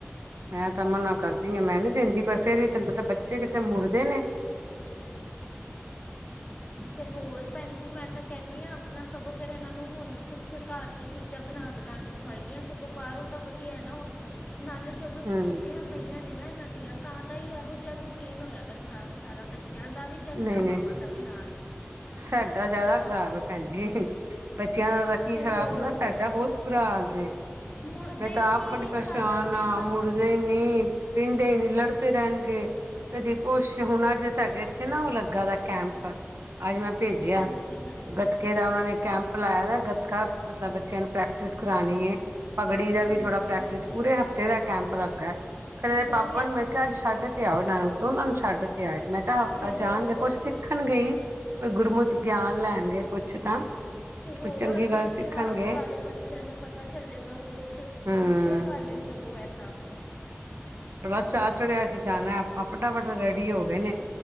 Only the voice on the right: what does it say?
ਮੈਂ ਤਾਂ ਮਨ੍ਹਾਂ ਕਰਦੀ ਆ ਮੈਂ ਨੀ ਦਿੰਦੀ, ਪਰ ਫੇਰ ਵੀ ਤੈਨੂੰ ਪਤਾ ਬੱਚੇ ਕਿੱਥੇ ਮੁੜਦੇ ਨੇ।
ਹਮ
ਨਹੀਂ
ਨਹੀਂ
ਸਾਡਾ ਜਿਆਦਾ ਖ਼ਰਾਬ ਹੈ, ਭੈਣ ਜੀ ਏ। ਬੱਚੇਆਂ ਦਾ ਤਾਂ ਕੀ
ਖ਼ਰਾਬ
ਹੋਨਾ, ਸਾਡਾ ਬੋਤ ਬੁਰਾ ਹਾਲ ਏ।
ਮੈਂ ਤਾਂ
ਆਪ
ਬੜੀ ਪ੍ਰੇਸਾ਼ਨ
ਆ,
ਮੁੜ ਨਈ-ਨਈ ਪੀਂਦੇ ਨੀ, ਲੜਤੇ ਰੈਂਣਗੇ। ਕਦੀ ਕੁਛ, ਹੁਣ ਅੱਜ ਸਾਡੇ ਏਥੇ ਨਾ, ਐ ਲੱਗਾ ਦਾ ਕੈਂਪ। ਅੱਜ ਮੈਂ ਭੇਜਿਆ,
ਗਤ ਕੇਹੜਾ ਓਨਾਂ ਨੇ ਕੈਂਪ ਲਾਇਆ, ਗਤਖਾ ਮਤਲਬ ਬੱਚੇਆਂ ਨੂੰ ਪ੍ਰੈਕਟਿਸ ਕਰਾਣੀ ਹੈ। ਪਗੜੀ ਦਾ ਵੀ
ਥੋੜ੍ਹਾ ਪ੍ਰੈਕਟਿਸ,
ਪੂਰੇ ਹਫ਼ਤੇ ਦਾ ਕੈਂਪ ਲੱਗਾ, ਫੇਰ ਇਦੇ
ਪਾਪਾ
ਨੂੰ ਮੈਂ
ਕਿਹਾ, ਅੱਜ ਛੱਡ ਆ, ਦੋਨਾਂ ਨੂੰ ਛੱਡ ਕੇ ਆਏ, ਮੈਂ ਕਿਹਾ ਹਫ਼ਤਾ
ਜਾਣਗੇ ਕੁਛ ਸਿੱਖਣਗੇ ਈ। ਈ, ਗੁਰਮੁਤ ਗਿਆਨ ਲੈਣਗੇ, ਕੁਛ ਤਾਂ।
ਕੋਈ ਚੰਗੀ
ਗੱਲ
ਸਿੱਖਣਗੇ
ਹੂੰ।
ਐਨਾ ਚਾ ਚੜਿਆ ਐ, ਅਸੀ ਜਾਣਾ ਆਪਾਂ ਫਟਾਫਟ ਰੈਡੀ ਹੋ ਗਏ ਨੇ।